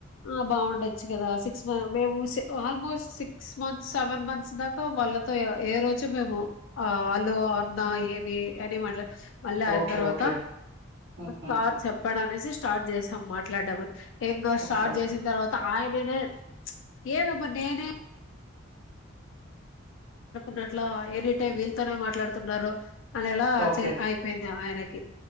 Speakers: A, on the left (about 70°); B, on the right (about 55°).
A: ఆ బాగుండొచ్చు కదా సిక్ మేము సెక్ almost six months seven months దాకా వాళ్ళతో ఎ రోజు మేము ఆ ఆ లో అన్న ఏ వి గట్టిగా మాట్లాడ్ మళ్ళీ అది
B: ఓకే.
A: తర్వాత
B: ఓకే. హుహుహు.
A: సార్ చెప్పాడు అనేసి స్ స్టార్ట్ చేసాం మాట్లాడడామని ఇంకా
B: ఓకే.
A: Start
B: okay.
A: చేసిన తర్వాత ఆయ వినే ఏదబ్బ నేనే అనుకున్నట్ల ఏనిటైం వీలతోనే మాట్లాడుతున్నారు అదేలా
B: ఓకే.
A: అయిపోయింది ఆయనకి